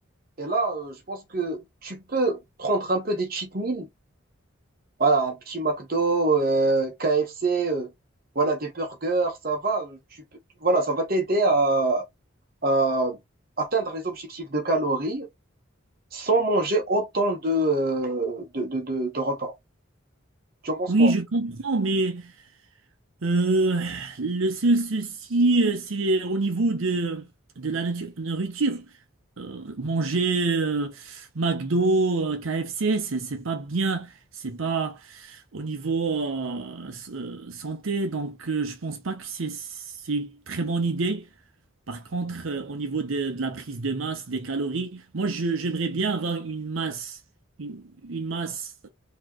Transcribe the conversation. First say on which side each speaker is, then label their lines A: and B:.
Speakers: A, on the right; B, on the right.
A: Et là, euh, je pense que tu peux prendre un peu des cheat meals, voilà, un petit McDo, euh, KFC, euh, voilà, des burgers, ça va, euh, tu peux, voilà, ça va t'aider à, à atteindre les objectifs de calories sans manger autant de, euh, de, de, de de repas. Tu en penses
B: oui,
A: quoi?
B: je comprends, mais euh, le seul souci, euh, c'est au niveau de, de la natu- nourriture. euh, manger euh, McDo, euh, KFC, c'est c'est pas bien, c'est pas au niveau euh, s- euh, santé, donc euh, je pense pas que c'est c'est une très bonne idée. Par contre, euh, au niveau de, de la prise de masse, des calories, moi je- j'aimerais bien avoir une masse, une, une masse